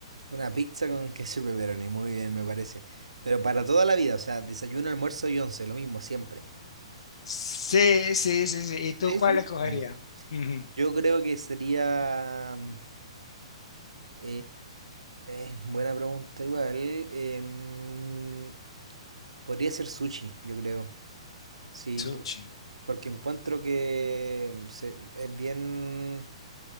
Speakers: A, on the right; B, on the left.
A: Una pizza con queso y pepperoni, muy bien, me parece. Pero para toda la vida, o sea, desayuno, almuerzo y once, lo mismo, siempre.
B: Sí, sí, sí, sí. ¿Y tú
A: Sí,
B: cuál
A: sí.
B: escogerías?
A: Ah, ya.
B: Ujú.
A: Yo creo que sería... mm, eh, eh, eh, buena pregunta igual. em, podría ser sushi, yo creo. Sí,
B: Sushi.
A: por- porque encuentro que se- es bien,